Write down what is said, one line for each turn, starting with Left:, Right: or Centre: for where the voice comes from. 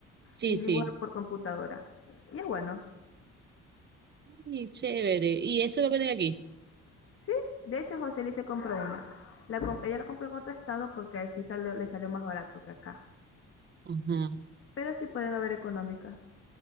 Right: sí,
Left: que es
Right: sí.
Left: dibujar por computadora. Y es bueno.
Right: Ay, chévere. Y eso lo venden aquí.
Left: Sí, de hecho José Luis se compró una. La com- ella la compró en otro estado porque así salió, le salió más barato que acá.
Right: Ajá.
Left: Pero sí pueden haber económicas.